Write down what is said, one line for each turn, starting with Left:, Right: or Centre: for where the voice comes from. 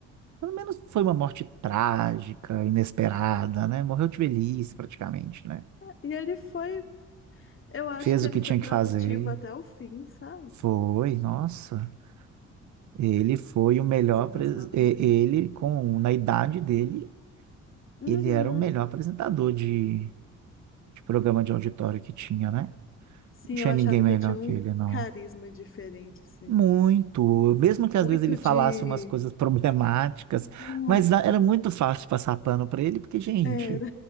Right: Pelo menos foi uma morte trágica, inesperada, né? Morreu de velhice, praticamente, né?
Left: E ele foi, eu acho
Right: Fez
Left: que ele
Right: o que
Left: foi
Right: tinha
Left: produtivo
Right: que fazer.
Left: até o fim, sabe?
Right: Foi, nossa. Ele foi o melhor.
Left: Mas eu
Right: apres-
Left: gostava
Right: e-
Left: muito.
Right: Ele, com na idade dele,
Left: Uhum.
Right: ele era o melhor apresentador de, de programa de auditório que tinha, né?
Left: Sim,
Right: Não tinha
Left: eu achava
Right: ninguém melhor
Left: que ele tinha um
Right: que ele, não.
Left: carisma diferente, assim.
Right: Muito. Mesmo que
Left: Muito
Right: às vezes ele falasse
Left: de.
Right: umas coisas <laughs> problemáticas,
Left: Muito.
Right: mas da- era muito fácil passar pano pra ele, porque, gente,
Left: Era.